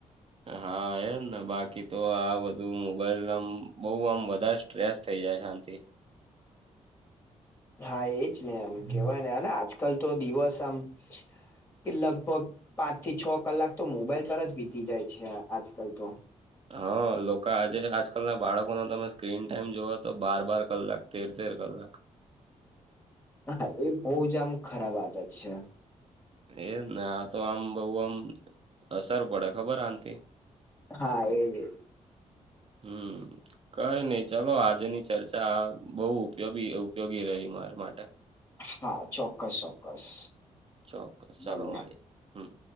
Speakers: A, on the right; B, on the left.
A: હા એમ ને બાકી તો આ બધું મોબાઈલ આમ બોવ આમ વધારે સ્ટ્રેસ થઈ જાય છે આનથી.
B: હા એજ ને. એમ કેવાય ને, અને આજકાલ તો દિવસ આમ, કે લગભગ પાંચ થી છ કલાક તો મોબાઈલ પર જ વીતી જાય છે. આજકાલ તો.
A: હા લોકો આજે, આજકાલ ના બાળકોનો તમે સ્ક્રીન ટાઈમ જોવ તો બાર-બાર ક કલાક, તેર-તેર કલાક.
B: હા એ બહુ જ આમ ખરાબ આદત છે.
A: એ જ ને. આતો આમ બઉ આમ અસર પડે ખબર આનથી!
B: હા. એજ એજ.
A: હમ... કઈ નહી. ચલો આજે ની ચર્ચા બહુ ઉપયોગી ઉપયોગી રહી મારા માટે.
B: હા.. ચોક્કસ ચોક્કસ.
A: ચોક્કસ. ચાલો
B: મળે
A: મળીએ. હમ.